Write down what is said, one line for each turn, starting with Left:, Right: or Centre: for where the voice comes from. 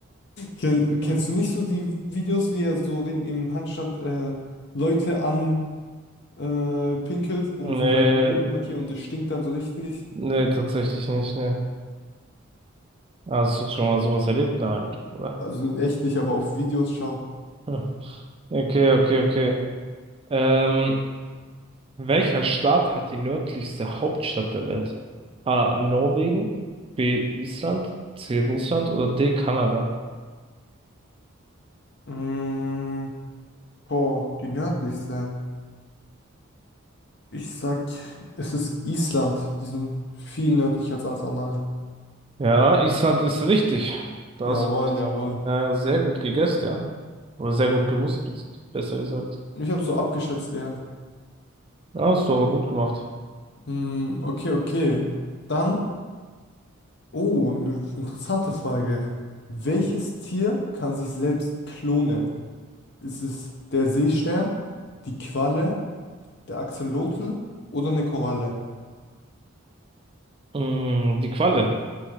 Left: Ken kennst
Right: Hm.
Left: du nicht so die Videos, wie er so den, im Handstand äh, Leute an äh, pinkelt, um
Right: Nee,
Left: so sein Revier zu markieren und das stinkt dann so richtig?
Right: nee, tatsächlich nicht, nee. Hast du schon mal sowas erlebt? Nein, oder?
Left: Also in echt nicht, aber auf Videos schon.
Right: Hm. Okay, okay, okay. Ähm, Welcher Staat hat die nördlichste Hauptstadt der Welt? A. Norwegen, B. Island, C. Russland oder D. Kanada?
Left: Mm. Boah, die nördlichste. Ich sag, es ist Island. Die sind viel nördlicher als alles andere.
Right: Ja, Island ist richtig. Da
Left: Jawohl,
Right: hast du recht.
Left: jawohl.
Right: Äh, sehr gut gegessen, ja. Oder sehr gut gewusst, be- besser gesagt.
Left: Ich habe so abgeschätzt, ja.
Right: Ja, hast du aber gut gemacht.
Left: Hm, okay, okay. Dann, oh, eine interessante Frage. Welches Tier kann sich selbst klonen? Ist es der Seestern, die Qualle, der Axolotl oder eine Koralle?
Right: Mm, die Qualle.